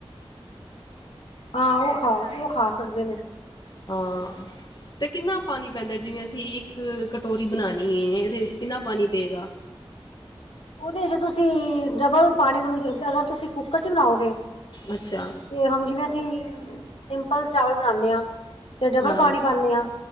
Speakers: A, on the left; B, on the left.
A: ਹਾਂ ਉਹ ਖਾ ਉਹ ਖਾ ਸਕਦੇ ਨੇ।
B: ਹਾਂ, ਤੇ ਕਿੰਨਾ ਪਾਣੀ ਪੈਂਦਾ ਜਿਵੇਂ ਅ ਸੀ ਇੱਕ ਕਟੋਰੀ ਬਣਾਣੀ ਏ, ਇਹਦੇ ਵਿੱਚ ਕਿੰਨਾ ਪਾਣੀ ਪਏਗਾ।
A: ਉਹਦੇ ਚ ਤੁਸੀਂ ਡਬਲ ਪਾਣੀ ਤੋਂ ਵੀ ਅਗਰ ਤੁਸੀਂ ਤੁਸੀਂ ਕੁੱਕਰ ਚ ਬਣਾਓਗੇ ਤੇ
B: ਅੱਛਾ
A: ਹੁਣ ਜਿਵੇਂ ਅਸੀਂ ਸਿੰਪਲ ਚਾਵਲ ਬਣਾਣੇ ਆਂ 'ਤੇ ਡਬਲ
B: ਹਾਂ
A: ਪਾਣੀ ਪਾਨੇ ਆਂ,